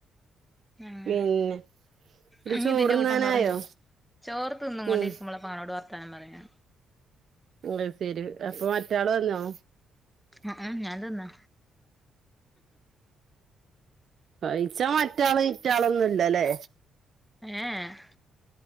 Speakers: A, in the centre; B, on the right (about 55°).
A: അങ്ങനെ.
B: പിന്നെ ഇത്
A: അ ന്നി
B: ചോറുണ്ണാനായോ
A: തിന്റെ കൂട്ടം പറയ്. ചോറ് തിന്നുംകൊണ്ടിരിക്കുമ്പള
B: ഉം
A: ഇപ്പാനോട് വർത്താനം പറയാ
B: അയ്സരി അപ്പോ മറ്റാള് വന്നോ?
A: ആഹ് ഞാൻ തിന്നാ
B: പൈച്ച മറ്റാള് ഇറ്റാളൊന്നുംല്ല ലേ
A: ഏഹ് ഏഹ്